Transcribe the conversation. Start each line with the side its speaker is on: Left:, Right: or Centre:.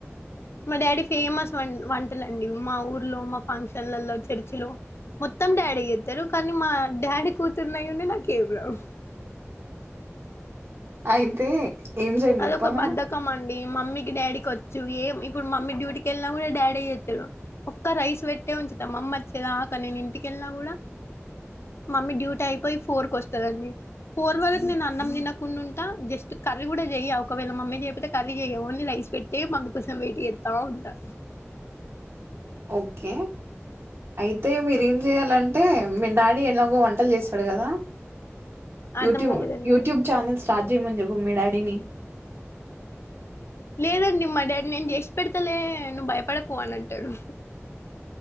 Left: మా డాడీ ఫేమస్ వంటలండి మా ఊర్లో మా ఫంక్షన్లలో చర్చిలో మొత్తం డాడీ చెత్తరు కానీ మా డాడీ కూతురునై యుండి నాకు ఎంరావు
Right: అయితే ఏం చేయండి
Left: అదొక
Right: చెప్పనా
Left: బద్దకం అండి ఈ మమ్మీకి డాడీకి వచ్చు ఏం ఇప్పుడు మమ్మీ డ్యూటీకి ఏళ్ళినా కూడా డాడే చెత్తాడు ఒక్క రైస్ పెట్టే ఉంచుతా మమ్మి వచ్చేదాక నేను ఇంటికెళ్ళిన కూడా మమ్మీ డ్యూటీ అయిపోయి ఫోర్ కు వస్తాదండి ఫోర్ వరకు నేను అన్నం తినకుండా ఉంటా జస్ట్ కర్రీ కూడా చెయ్య ఒకవేళ మమ్మీ చేయపోతే కర్రీ చెయ్య ఓన్లీ రైస్ పెట్టే మమ్మీ కోసం వెయిట్ చేత్త ఉంటా
Right: ఓకే అయితే మీరు ఏం చేయాలంటే మీ డాడీ ఎలాగో వంటలు చేస్తడు కదా
Left: అర్థం
Right: యూట్యూబ్
Left: కాలేదండి
Right: యూట్యూబ్ చానల్స్ స్టార్ట్ చేయమని చెప్పు మీ డాడీని
Left: లేదండి మా డాడి నేను చేషి పెడు తలే నువు భయపడకు అని అంటడు